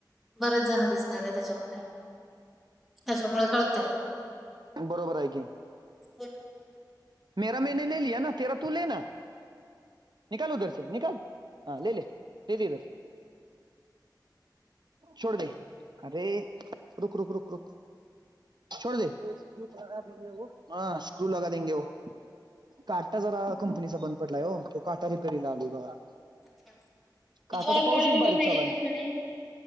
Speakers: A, in the centre; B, on the right (about 70°).
A: बरेचं जणं दिसतंयेतं त्यांच्यामध्ये त्यांच्यामुळे कळतंय
B: बरोबर आहे की
A: बोलां
B: मेरा मैने ले लिया ना तेरा तू ले ना, निकल उधर से निकल हा ले ले भेज इधर, छोड दे अरे रुक रुक रुक रुक, छोड दे हा वो स्क्रू लगा देंगे वो, काटा जरा कंपनीचा बंद पडलाय ओ तो काटा रिपेरिला आलोय बघा.
A: अच्छा मग
B: काटा
A: तुम्हाला
B: तर पाऊसच
A: कॉर्डिनेटर
B: बारीक
A: नाही
B: चालू
A: आहे का कोणी,